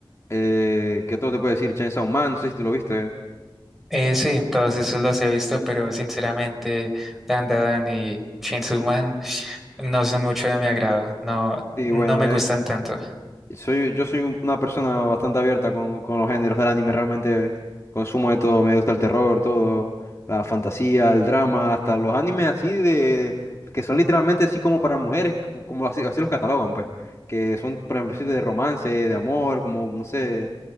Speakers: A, on the left (about 35°); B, in the centre.
A: Eh, ¿qué otro te puedo decir? Chainsaw Man, no sé si tú lo viste.
B: Eh, sí, todos esos los he visto, pero sinceramente, Dandadan y Chainsaw Man no son mucho de mi agrado, no,
A: Sí,
B: no
A: bueno,
B: me gustan
A: eh,
B: tanto.
A: soy, yo soy un- una persona bastante abierta con, con los géneros del anime, realmente consumo de todo, me gusta el terror, todo, la fantasía, el drama, hasta los animes así de, que son literalmente así como para mujeres, como, como así, así los catalogan, pues, que son, por ejemplo, así de romance, de amor, como, no sé,